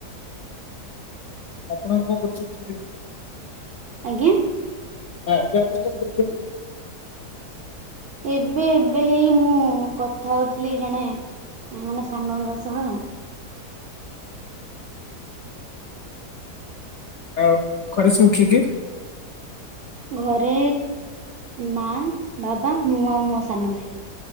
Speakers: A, on the left; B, on the right.
A: ଆପଣ କଣ କରୁଛନ୍ତି କି ଏବେ?
B: ଆଜ୍ଞା?
A: ହଁ ଏବେ ଆପଣ କଣ କରୁଛନ୍ତି?
B: ଏବେ ଏବେ ହେଇ ମୁଁ କଥା ହଉଥିଲି ଜଣେ ମାନେ ସାଙ୍ଗଙ୍କ ସହ
A: ଆଉ ଘରେ ସବୁ କିଏ କିଏ?
B: ଘରେ ମା ବାବା ମୁଁ ଆଉ ମୋ ସାନ ଭାଇ।